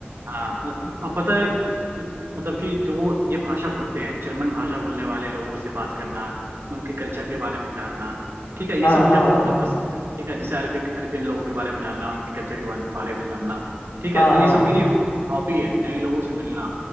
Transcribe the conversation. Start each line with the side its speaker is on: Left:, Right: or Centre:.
Right: हाँ और पता है मतलब कि जो ये भाषा बोलते हैं जर्मन भाषा बोलने वाले लोगों से बात करना उनके कल्चर के बारे में जानना ठीक है
Left: हाँ
Right: ये सब मुझे
Left: हाँ
Right: बहुत पसंद है ठीक है जैसे अरबिक अरबियन लोगों के बारे में जानना उनके कल्चर के बारे बारे में जानना ठीक
Left: हाँ
Right: है तो ये
Left: हाँ
Right: सब मेरी हॉबी है नए लोगों से मिलना